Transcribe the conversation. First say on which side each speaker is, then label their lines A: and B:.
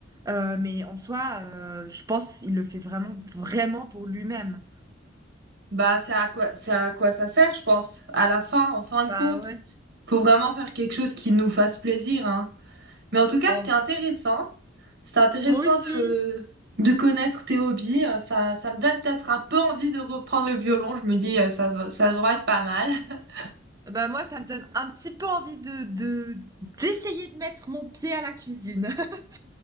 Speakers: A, on the right (about 20°); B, on the right (about 55°).
A: Euh, mais en soi, euh, je pense qu'il le fait vraiment, vraiment pour lui-même.
B: Bah, c'est à quoi, c'est à quoi ça sert, je pense. À la fin, en fin de
A: Bah
B: compte,
A: ouais,
B: faut vraiment faire quelque chose qui nous fasse plaisir, hein. Mais en tout cas,
A: en
B: c'était
A: soi.
B: intéressant. C'était intéressant
A: Moi aussi.
B: de, de connaître tes hobbies. Euh, Ça, ça me donne peut-être un peu envie de reprendre le violon. Je me dis, euh, ça, va- ça devrait être pas mal. <laughs>
A: Bah moi, ça me donne un petit peu envie de, de, d'essayer de mettre mon pied à la cuisine. <laughs>